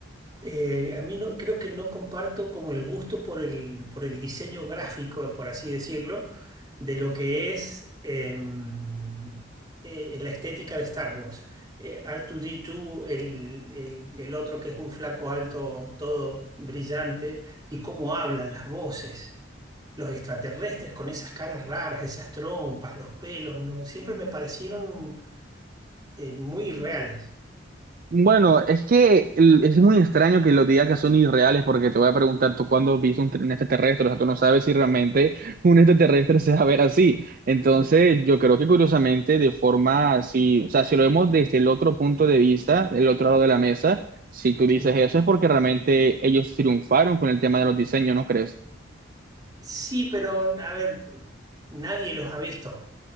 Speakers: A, on the right; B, on the right.
A: Eh, a mí no, creo que no comparto como el gusto por el, por el diseño gráfico, por así decirlo, de lo que es em, eh, la estética de Star Wars. Eh, R2D2, el, el, el otro que es un flaco alto, todo brillante, y cómo hablan las voces, los extraterrestres con esas caras raras, esas trompas, los pelos, ¿no? Siempre me parecieron eh, muy reales.
B: Bueno, es que el- es muy extraño que los digas que son irreales porque te voy a preguntar tú cuándo viste un, un extraterrestre, o sea, tú no sabes si realmente un extraterrestre <laughs> se va a ver así. Entonces, yo creo que curiosamente, de forma así, o sea, si lo vemos desde el otro punto de vista, el otro lado de la mesa, si tú dices
A: Sí.
B: eso es porque realmente ellos triunfaron con el tema de los diseños, ¿no crees?
A: Sí, pero a ver, nadie los ha visto.